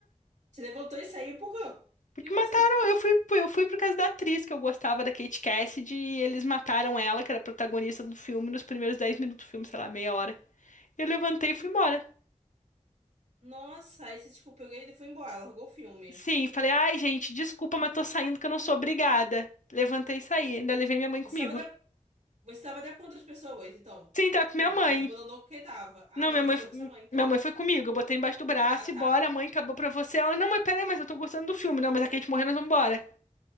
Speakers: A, on the right; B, on the left.
A: Você levantou e saiu por quê? O
B: Porque
A: que aconteceu?
B: mataram, eu fui, eu fui por causa da atriz que eu gostava da Kate Cassidy e eles mataram ela, que era a protagonista do filme, nos primeiros 10 minutos do filme, sei lá, meia hora. Eu levantei e fui embora.
A: Nossa, aí você, tipo, pegou ele e foi embora, largou o filme.
B: Sim, falei, ai, gente, desculpa, mas tô saindo que eu não sou obrigada. Levantei e saí, ainda levei minha mãe comigo.
A: Você tava até, você tava até com outras pessoas, então.
B: Sim, tá
A: Tipo,
B: com minha mãe.
A: você abandonou porque tava. Ah,
B: Não,
A: não,
B: minha
A: mas
B: mãe,
A: você levou sua mãe, então.
B: minha mãe foi comigo, eu botei embaixo do braço
A: Ah,
B: e
A: tá.
B: bora, mãe, acabou pra você. Ela, não, mas peraí, mas eu tô gostando do filme. Não, mas a Kate morreu, nós vamos embora.